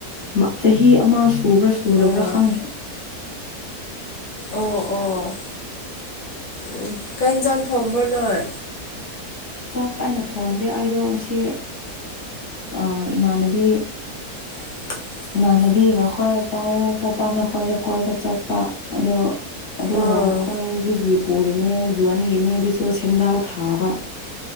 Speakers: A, on the left; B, on the left.
A: ꯃꯥ ꯆꯍꯤ ꯑꯃ ꯁꯨꯕ꯭ꯔꯥ ꯁꯨꯗꯕ꯭ꯔꯥ
B: ꯑꯣ
A: ꯈꯪꯗꯦ
B: ꯑꯣ ꯑꯣ ꯎꯝ ꯀꯩ ꯏꯟꯖꯥꯡ ꯊꯣꯡꯕ꯭ꯔꯣ ꯅꯣꯏ
A: ꯆꯥꯛ ꯑꯩꯅ ꯊꯣꯡꯗꯦ ꯑꯩꯗꯣ ꯉꯁꯤ ꯑꯥ ꯏꯃꯥꯟꯅꯕꯤ
B: <inaudible>
A: ꯏꯃꯥꯟꯅꯕꯤꯒ ꯍꯈꯣꯏ ꯄꯥꯎ ꯄꯥꯎꯄ ꯅꯈꯣꯏꯗ ꯀꯣꯏꯕ ꯆꯠꯄ ꯑꯗꯨ ꯑꯗꯨꯒ
B: ꯑꯥ
A: ꯍꯣꯏꯖꯤꯖꯤ ꯄꯨꯏꯅꯦ ꯖꯣꯟꯒꯤꯅꯦ ꯑꯗꯨꯁꯨ ꯁꯦꯟꯗꯥꯥꯎ ꯊꯥꯕ